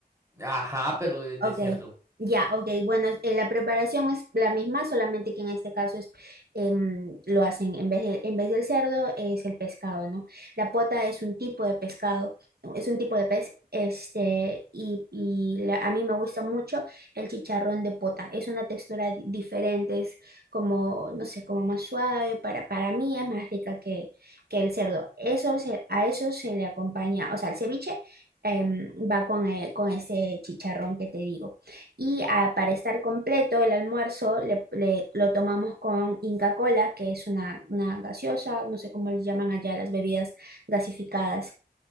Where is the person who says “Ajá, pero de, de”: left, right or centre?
Right